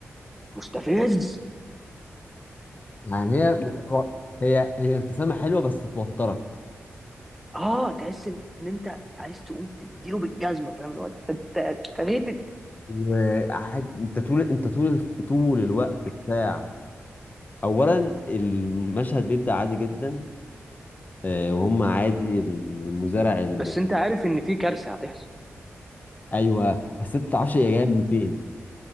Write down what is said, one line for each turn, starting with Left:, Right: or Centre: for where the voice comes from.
Centre: مستفز <laughs>
Left: يعني هي بتو- هي هي ابتسامة حلوة بس توترك
Centre: اه تحس ان انت عايز تقوم تديله بالجزمه فاهم الوقت انت أنت- أنت غيتت
Left: وقاعد انت طول انت طول الف- طول الوقت بتاع اولا المشهد بيبدأ عادي جدا آه، وهم عادي المزارع ال...
Centre: بس انت عارف ان في كارثه هتحصل
Left: ايوه بس انت ما تعرفش هي جايه من فين